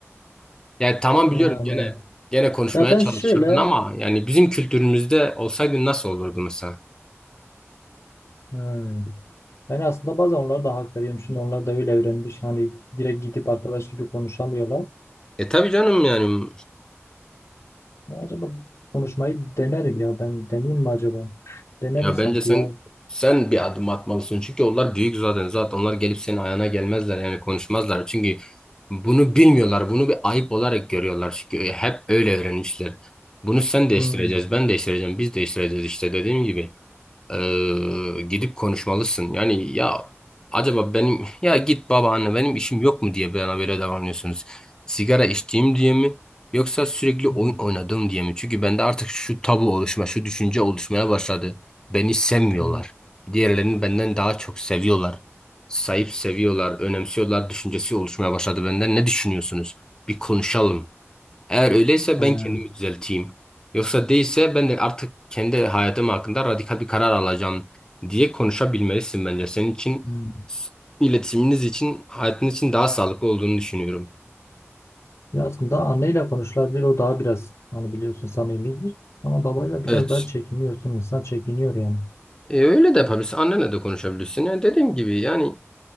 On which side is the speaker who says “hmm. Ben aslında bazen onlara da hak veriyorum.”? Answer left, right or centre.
Left